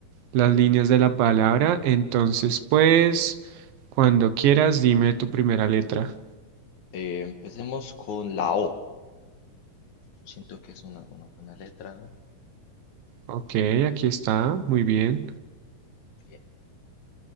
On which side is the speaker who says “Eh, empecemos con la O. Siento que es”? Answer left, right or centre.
Left